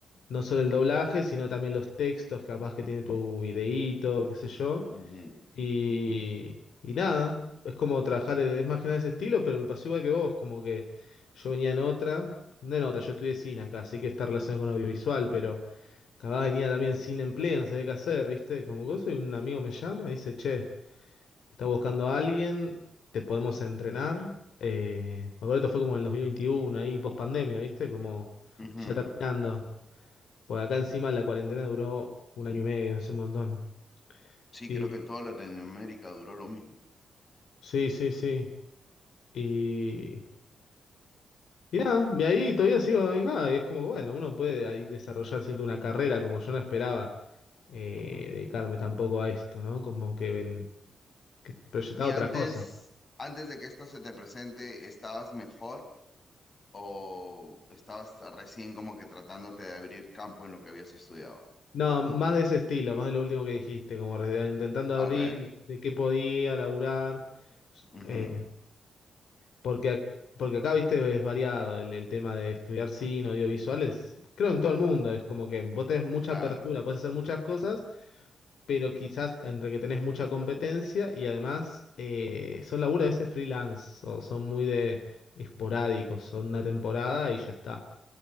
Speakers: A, on the left; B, on the left.
A: no solo el doblaje, sino también los textos, capaz que tiene tu videíto, qué sé yo,
B: Ujú,
A: y,
B: ujú,
A: y nada, es como trabajar, es más que nada ese estilo, pero me pasó igual que vos, como que yo venía en otra, no en otra, yo estudié cine acá, así que está relacionado con audiovisual, pero... Capaz venía también sin empleo, no sabía qué hacer, ¿viste? Como cosa, y un amigo me llama y dice, che, está buscando a alguien, te podemos entrenar. Eh, me acuerdo que esto fue como en el 2021, ahí post pandemia, ¿viste? Como
B: ujú.
A: ya terminando. Porque acá encima la cuarentena duró un año y medio, es un montón.
B: Sí,
A: Y
B: creo que en toda Latinoamérica duró lo mismo.
A: sí, sí, sí. Y, y nada, de ahí todavía sigo acá, y es como, bueno, uno puede ahí desarrollar siento una carrera como yo no esperaba eh,
B: Ujú.
A: dedicarme tampoco a esto, ¿no? Como que ven que proyectaba
B: ¿Y antes,
A: otra cosa.
B: antes de que esto se te presente, estabas mejor o estabas recién como que tratándote de abrir campo en lo que habías estudiado?
A: No, más de ese estilo, más de lo último que dijiste, como re- intentando abrir
B: Okay.
A: de qué podía laburar,
B: ujú,
A: eh, porque, ac- porque acá, viste, es variado el, el tema de estudiar cine, audiovisuales, creo en todo el mundo, es como que vos tenés mucha
B: Claro,
A: apertura, puedes hacer muchas cosas, pero quizás entre que tenés mucha competencia y además eh, son laburos a veces freelance, o son muy de esporádicos, son una temporada y ya está.